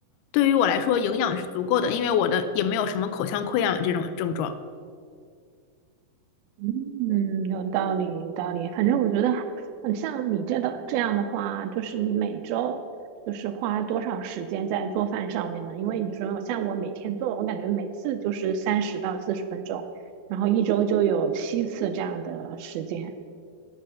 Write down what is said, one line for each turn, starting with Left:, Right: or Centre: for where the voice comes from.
Left: 对于我来说，营养是足够的，因为我的也没有什么口腔溃疡这种症状。
Right: 嗯，有道理，有道理。反正我觉得，嗯，像你这的这样的话，就是你每周就是花多少时间在做饭上面呢？因为你说像我每天做，我感觉每次就是三十到四十分钟，然后一周就有七次这样的时间。